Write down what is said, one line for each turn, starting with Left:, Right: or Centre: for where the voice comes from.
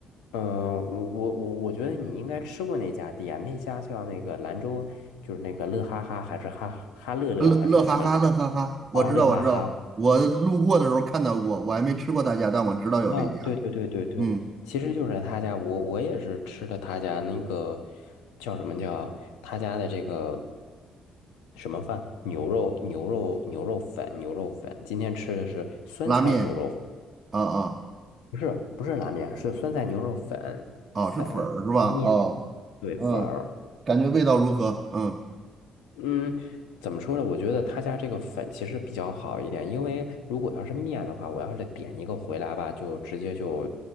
Left: 嗯，我我我觉得你应该吃过那家店，那家叫那个兰州，就是那个乐哈哈还是哈哈乐乐还是什么来着？
Right: 乐乐哈哈，乐哈哈，我知道，
Left: 哦，乐哈哈，
Right: 我知道，我路过的时候看到过，我还没吃过他家，但我知道有这一家。
Left: 啊，对对对对对，
Right: 嗯，
Left: 其实就是他家，我我也是吃的他家那个叫什么叫他家的这个什么饭，牛肉牛肉牛肉粉牛肉粉，今天吃的是酸菜牛肉，
Right: 拉面，啊啊
Left: 不是不是拉面，是酸菜牛肉粉粉
Right: 啊，是粉儿是吧？
Left: 是面，
Right: 哦，
Left: 对粉儿。
Right: 嗯，感觉味道如何？嗯，
Left: 嗯，怎么说呢？我觉得他家这个粉其实比较好一点，因为如果要是面的话，我要是点一个回来吧，就直接就，